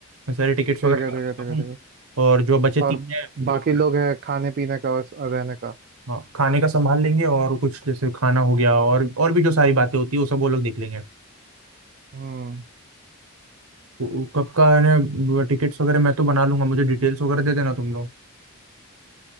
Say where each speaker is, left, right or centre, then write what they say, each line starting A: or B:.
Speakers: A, on the right; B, on the right.
A: मैं सारे टिकट्स
B: ठीक
A: वगैरह
B: है
A: कर
B: ठीक
A: लेता
B: है ठीक है
A: हूँ
B: ठीक है
A: और जो बचे तीन
B: और
A: है जो
B: बाकी लोग है खाने पीने का और और रहने का
A: हाँ खाने का संभाल लेंगे और कुछ जैसे खाना हो गया और और भी जो सारी बातें होती है वो सब वो लोग देख लेंगे
B: हम्म
A: वो- वो कब का है ना टिकट्स वगैरह मैं तो बना लूंगा मुझे डिटेल्स वगैरह दे देना तुम लोग